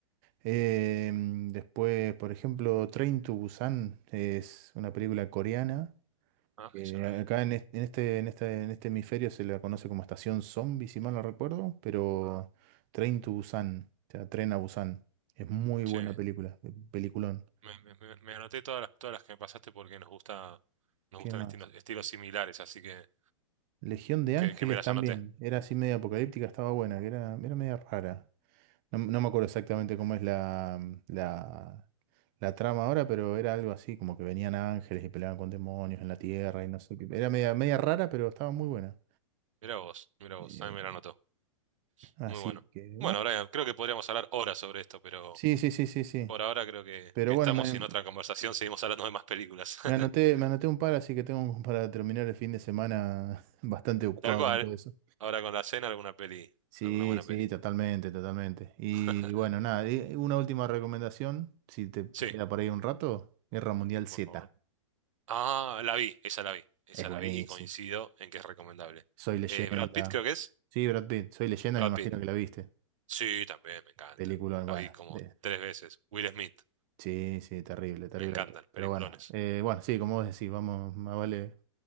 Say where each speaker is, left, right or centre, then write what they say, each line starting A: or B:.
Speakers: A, on the right; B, on the right.
A: Eh, después, por ejemplo, Train to Busan es una película coreana
B: Ah,
A: que
B: eso no
A: acá
B: lo vi.
A: en es- en este, en este, en este hemisferio se la conoce como Estación Zombie, si mal no recuerdo, pero
B: Ah,
A: Train to Busan, o sea, Tren a Busan. Es muy
B: sí.
A: buena película, eh, peliculón.
B: Me, me- me- me anoté todas las, todas las que me pasaste porque nos gusta, nos
A: ¿Qué
B: gustan
A: más?
B: estilos, estilos similares, así que...
A: Legión de
B: que,
A: Ángeles
B: que me las
A: también,
B: anoté.
A: era así media apocalíptica, estaba buena, que era, era media rara. No, no me acuerdo exactamente cómo es la, la, la trama ahora, pero era algo así, como que venían ángeles y peleaban con demonios en la tierra y no sé qué. Era media, media rara, pero estaba muy buena.
B: Mira vos, mira vos,
A: Eh,
B: también me la anotó.
A: así
B: Muy bueno.
A: que, bueno.
B: Bueno, Brian, creo que podríamos hablar horas sobre esto, pero
A: Sí, sí, sí, sí, sí.
B: por ahora creo que,
A: Pero
B: que
A: bueno,
B: estamos
A: me,
B: y en otra conversación seguimos hablando de más películas. <laughs>
A: me anoté, me anoté un par, así que tengo para terminar el fin de semana <laughs> bastante ocupado
B: Tal cual.
A: con todo eso.
B: Ahora con la cena, alguna peli,
A: Sí,
B: alguna buena
A: sí,
B: peli.
A: totalmente, totalmente. Y
B: <laughs>
A: bueno, nada, y una última recomendación, si te
B: Sí,
A: queda por ahí un rato, Guerra Mundial Z.
B: por favor. Ah, la vi, esa la vi, esa
A: Es buenísimo.
B: la vi y coincido en que es recomendable.
A: Soy leyenda.
B: Eh, Brad Pitt creo que es.
A: Sí, Brad Pitt, Soy leyenda,
B: Brad
A: me imagino
B: Pitt.
A: que la viste.
B: Sí, también, me encanta.
A: Película, bueno.
B: La vi como
A: de-
B: tres veces. Will Smith,
A: Sí, sí, terrible, terrible
B: me encantan,
A: actor. Pero
B: peliculones.
A: bueno, eh, bueno, sí, como vos decís, vamos, más vale